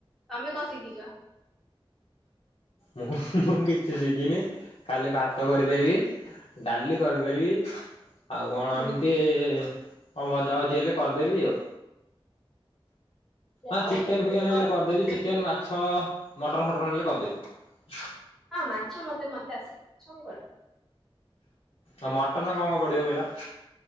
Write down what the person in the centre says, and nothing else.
ତମେ କଣ ଶିଖିଛ।
ହୁଁ
ଯେ
ଆଉ
ସେତିକି
ତ କର
ହଁ
ହଁ ମାଛ ମତେ ମତେ ଆସ ମାଛ ମୁଁ କ